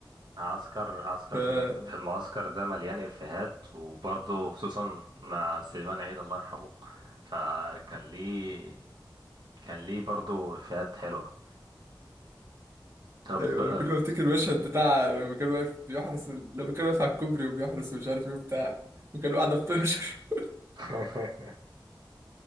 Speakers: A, on the right; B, on the right.
A: عسكر عسكر
B: ف <laughs>
A: في الم- في المعسكر ده مليان افيهات وبرضه خصوصا مع سليمان عيد الله يرحمه فكان ليه كان ليه برضه افيهات حلوة طب
B: أيوة
A: آه،
B: أنا كل ما أفتكر المشهد بتاع لما كان واقف بيحرس لما كان واقف على الكوبري وبيحرس ومش عارف إيه وبتاع وكان واحدة بتنشر
A: <laughs>